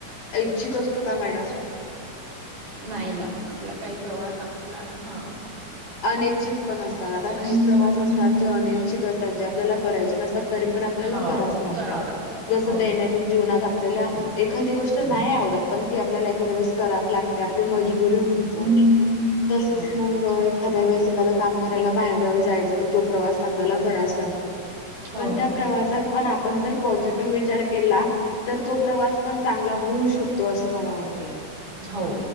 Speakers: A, on the left; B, on the right.
A: इच्छुक असतो का मॅडम.
B: नाही ना आपला काही प्रवास आपल्याला हा
A: अनिच्छित पण असतात, आता
B: निश्चित
A: काही प्रवास
B: पण करायला
A: असतात
B: लागतो.
A: जे अनिच्छित
B: हम्म
A: असतात, जे आपल्याला करायचे नसतात. तरी पण आपल्याला
B: हो
A: कराच लागत
B: करावं लागतात
A: जस
B: हो
A: दैननी जीवनात आपल्याला एखादी गोष्ट नाही आवडत, पण ती आपल्याला एखाद्या वेळेस करायच लागते आपली मजबुरी होऊन जाते. ह् तसच
B: हम्म.
A: मगय, एखाद्य वेळेस एखादा काम करायला बाहेरगावी जायचं तर तो प्रवास आपल्याला करायच लागतो.
B: हो
A: पण त्या प्रवासात पण आप पण जर पॉझिटिव्ह विचार केला, तर तो प्रवास पण चांगला होऊ शकतो असं मला वाटते.
B: हो.